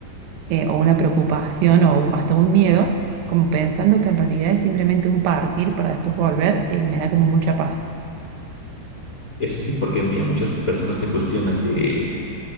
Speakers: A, on the right; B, on the left.
A: eh, o una preocupación o hasta un miedo, como pensando que en realidad es simplemente un partir para después volver, eh, me da como mucha paz.
B: Eso sí, porque mira, muchas personas se cuestionan de,